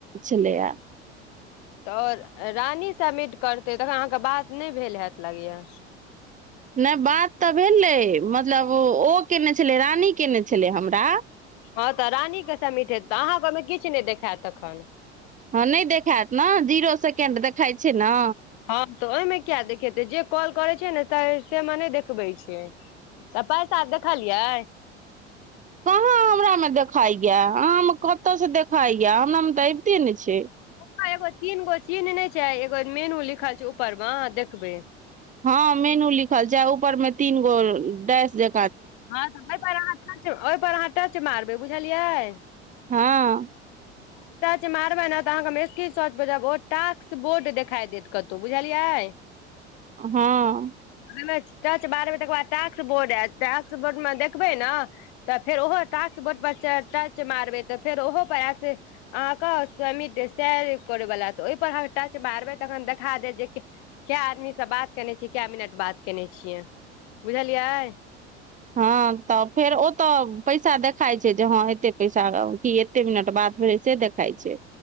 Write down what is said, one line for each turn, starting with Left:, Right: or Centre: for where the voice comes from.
Right: छलैए
Left: तऽ आओर रानी सबिट करतै तखन अहाँके बात नहि भेल होयत लागैया
Right: नै बात तऽ भेलै मतलब ओ केने छलै रानी केने छलै हमरा
Left: हँं त रानी के समिट हेतइ अहाँके ओहिमे किछ ने देखायत तखन
Right: हँ नहि देखायत ने जीरो सेकेंड देखाइत छै ने
Left: हँ त ओहिमे किया देखेते जे कॉल करै छै न तहि मे नहि देखबै छियै त पैसा देखलियै
Right: कहाँ हमरा मे देखाइया अहा मे कतऽ से देखाइया हमरा मे तऽ अबिते ने छै
Left: ह एगो तीनगो चिन्ह नहि छै एगो मेनू लिखल छै ऊपर मे देखबै
Right: हँ मेनू लिखल छै ऊपर में तीन गो डैश जे
Left: हँ तऽ ओय पर अहाँ टच ओहि पर अहाँ टच मारबै बुझलियै
Right: हँ
Left: च मारबै ने त अहाँक हम स्क्रीनसट भेजबटास्क बोर्ड देखा देत कत तऽ बुझलिय आय
Right: हँ
Left: ओमे टच करबै त बाद टाक्स बोर्ड आयत टाक्स बोर्ड में देखबै ने त फेर ओहो टास्क बोर्ड पर टच मारबै त फेर ओहो पया से अहाँके स्वमित स करैवला त ओहिपर अह टच मारबै तखन देखा दे जे क्या आदमी से बात केने छियै क्या मिनट बात केने छियै बुझलियै
Right: हाँ तऽ फेर ओ तऽ पैसा देखाई छै जे हाँ एते पैसा है कि कते मिनट बाद भेल से देखाई छै